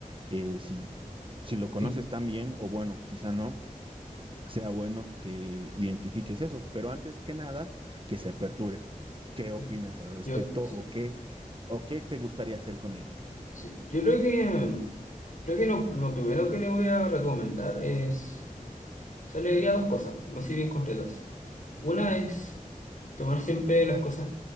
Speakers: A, on the right; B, on the left.
A: Eh, si, si lo conoces
B: Sí,
A: tan bien, o bueno, quizá no, sea bueno que identifiques eso, pero antes que nada, que se aperture. ¿Qué opinas
B: sí.
A: al respecto
B: Yo, sí,
A: o qué, o qué te gustaría hacer con él?
B: sí. Yo creo que, creo que lo, lo primero que le voy a recomendar es, o sea, le diría dos cosas, así bien concretas. Una es tomar siempre las cosas